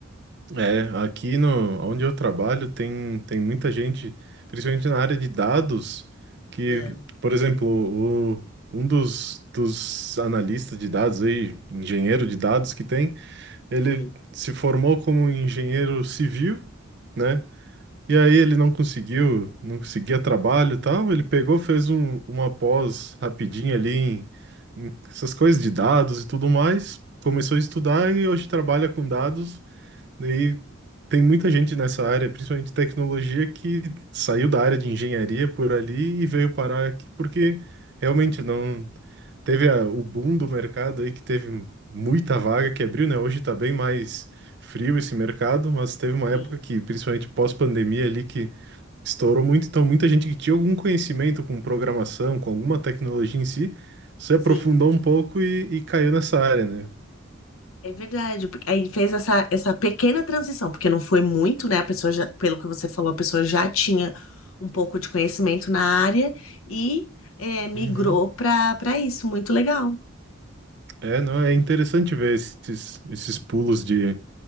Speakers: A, on the right; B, on the left.
A: É, aqui no, onde eu trabalho tem, tem muita gente, principalmente na área de dados, que,
B: Ah,
A: por exemplo, o, um dos, dos analistas de dados aí, engenheiro de dados que tem, ele
B: sim,
A: se formou como engenheiro civil, né? E aí ele não conseguiu, não conseguia trabalho e tal. Ele pegou, fez um, uma pós rapidinha ali em, em essas coisas de dados e tudo mais. Começou a estudar e hoje trabalha com dados. Daí tem muita gente nessa área, principalmente tecnologia, que saiu da área de engenharia por ali e veio parar aqui porque realmente não. Teve a- o boom do mercado aí que teve muita vaga que abriu, né? Hoje tá bem mais frio esse mercado, mas teve uma
B: sim,
A: época que, principalmente pós-pandemia ali, que estourou muito. Então, muita gente que tinha algum conhecimento com programação, com alguma tecnologia em si, se aprofundou
B: sim.
A: um pouco e, e caiu nessa área, né?
B: É verdade, porque aí fez essa, essa pequena transição, porque não foi muito, né? A pessoa já, pelo que você falou, a pessoa já tinha um pouco de conhecimento na área e é, migrou
A: Uhum.
B: para para isso. Muito legal.
A: É, não, é interessante ver esses, esses pulos de,